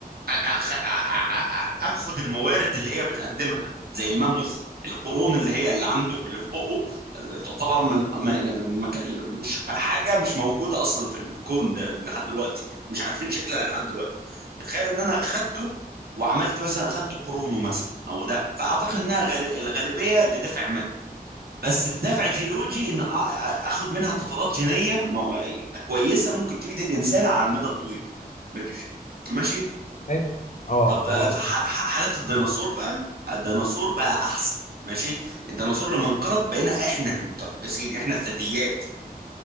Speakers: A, on the right; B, on the left.
A: أخ... أ- أ- أ- اخد الموارد اللي هي بتقدمها زي الماموث القرون اللي هي اللي عنده اللي في بقه اللي تعتبر من م- المك... مش حاجه مش موجوده اصلا في الكون ده لحد دلوقتي مش عارفين شكلها لحد دلوقتي تخيل ان انا اخدته وعملت مثلا اخدت قرونه مثلا او ده فاعتقد انها غال... الغالبيه لدفع مادي بس الدفع جيولوجي ان أ- أ- اخد منها طفرات جينيه مو- كويسه ممكن تفيد الانسان على المدى الطويل ماشي ماشي
B: ماشي اه
A: طب آه،
B: تمام
A: في ح- ح- حالة الديناصور بقى الديناصور بقى أحسن ماشي الديناصور لما انقرض بقينا احنا المتربصين احنا الثدييات